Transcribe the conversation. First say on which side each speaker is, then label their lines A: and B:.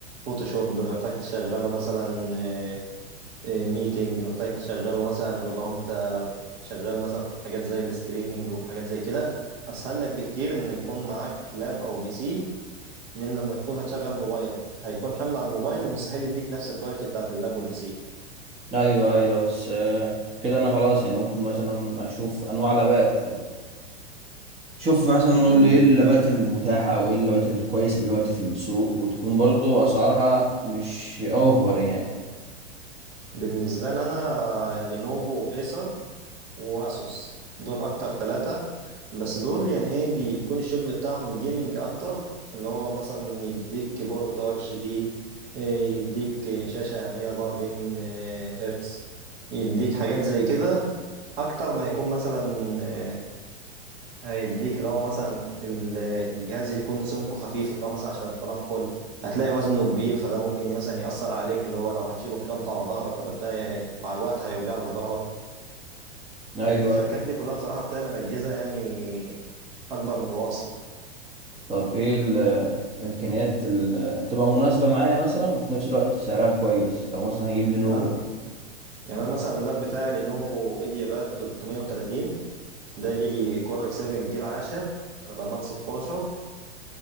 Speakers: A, on the right (about 60°); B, on the right (about 20°).
A: فوتوشوب محتاج تشغله مثلا اه، اه، ميتنج محتاج تشغله مثلا لو انت شغال مثلا في حاجات زي الاستريمينج وحاجات زي كده اسهل لك بكتير ان يكون معاك لاب او بي سي من لما تكون هتشغل موبايل هيكون حمل على الموبايل ومستحيل يديك نفس الكواليتي بتاعت اللاب والبي سي
B: ايوه ايوه بس آه، كده انا خلاص يعني ممكن مثلا اشوف انواع لابات شوف مثلا
A: بن...
B: نقول لي ايه اللابات المتاحة او ايه اللابات الكويسة دلوقتي في السوق وتكون برضو اسعارها مش اوفر يعني
A: بالنسبة لنا لينوفو ايسر واسوس دول اكتر ثلاثة بس دول يعني ايه بيكون الشغل بتاعهم جيمنج اكتر اللي هو مثلا يديك كيبورد ار جي بي يديك شاشة 144 هرتز يديك حاجات زي كده اكتر ما يكون مثلا آه، هيديك اللي هو مثلا ال- الجهاز يكون سمكه خفيف اللي هو مثلا عشان التنقل هتلاقي وزنه كبير فده ممكن مثلا يأثر عليك اللي هو لو هتشيله في شنطة على ظهرك ولا بتاع مع الوقت هيوجع لك ظهرك
B: ايوه
A: لكن الشركات
B: أيوة.
A: دي كلها بصراحة بتعمل أجهزة يعني أكبر من الوصف
B: طب ايه الامكانيات اللي هتبقى مناسبة معايا مثلا وفي نفس الوقت سعرها كويس لو مثلا هجيب لينوفو
A: يعني أنا يعني أنا مثلا اللاب بتاعي لينوفو إيدياباد 330 ده يجي كور اي 7 جيل عاشر رامات 16